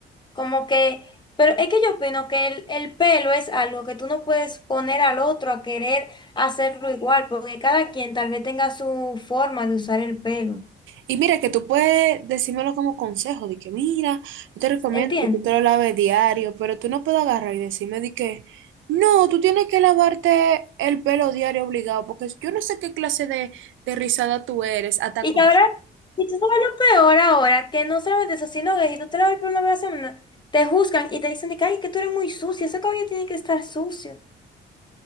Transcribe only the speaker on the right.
Y mira, que tú puedes decírmelo como consejo, de que mira, yo te recomiendo
que tú te lo laves diario, pero tú no puedes agarrar y decirme de que no, tú tienes que lavarte el pelo diario obligado, porque yo no sé qué clase de, de rizada tú eres, hasta
con...